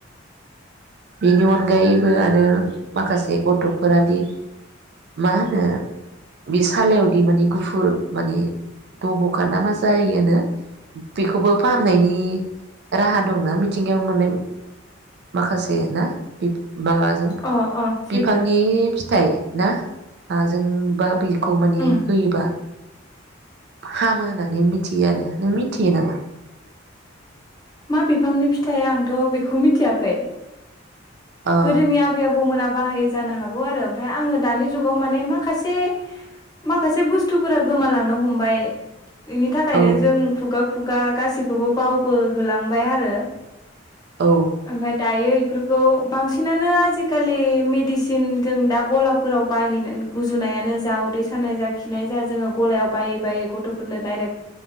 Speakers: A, on the right; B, on the left.
A: बेनि अनगायैबो आरो माखासे गथ'फोरा दि मा होनो बे सालायावदि माने गुफुर माने दब'खा ना मा जायो बेखौबो फाहामनायनि राहा दंना मिथिंगायाव मोननाय माखासे बे ना माबाजों
B: अ अ
A: बिफांनि
B: सैथो
A: फिथाय ना हाजोंबा बि खौ माने
B: उम
A: होयोबा हामो होननानै मिथियो आरो नों मिथियो नामा
B: मा बिफांनि फिथाइ आंथ बेखौ मिथियाखै
A: अ
B: गोदोनि आबै आबौमोना बाहायो जानो हागौ आरो ओमफ्राय आङो दानि जुगाव माने माखासे-माखासे बुस्थुफोरा गोमालांनो हमबाय बेनि थाखायनो
A: औ
B: जों खुगा खुगा गासैखौबो बावबो होलांबाय आरो
A: औ
B: ओमफ्राय दायो इफोर खौ बांसिनानो आजिखालि मेडिसिन जों दा गलाफोराव बायहैनान गुजुनायानो जा उदै सानाय जा खिनाय जा जोङो गलायाव बायै-बायै गथ'फोरनो डायरेक्ट